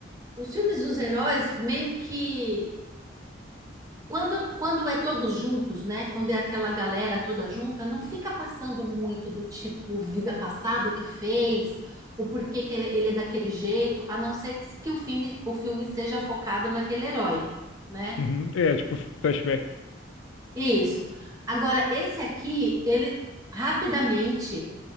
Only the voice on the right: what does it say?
os filmes dos heróis meio que Quando, quando é todos juntos, né? Quando é aquela galera toda junta, não fica passando muito do tipo vida passada o que fez, o porquê que ele, ele é daquele jeito, a não ser que, que o filme, o filme seja focado naquele herói, né?
Isso. Agora, esse aqui, ele rapidamente,